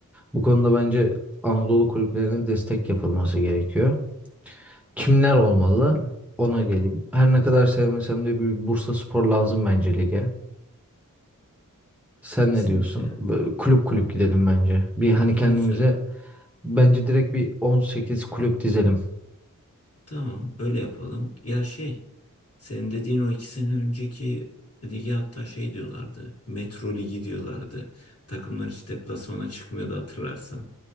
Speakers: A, in the centre; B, on the left.
A: Bu konuda bence Anadolu kulüplerine destek yapılması gerekiyor. Kimler olmalı? Ona geleyim. Her ne kadar sevmesem de bir Bursa Spor lazım bence lige. Sen
B: Kesinlikle.
A: ne diyorsun? Böyle kulüp kulüp gidelim bence. Bir hani
B: Doğru
A: kendimize
B: söyle.
A: bence direkt bir 18 kulüp dizelim.
B: Tamam, öyle yapalım. Ya şey, senin dediğin o iki sene önceki ligi hatta şey diyorlardı. Metro Ligi diyorlardı. Takımlar hiç deplasmana çıkmıyordu hatırlarsan.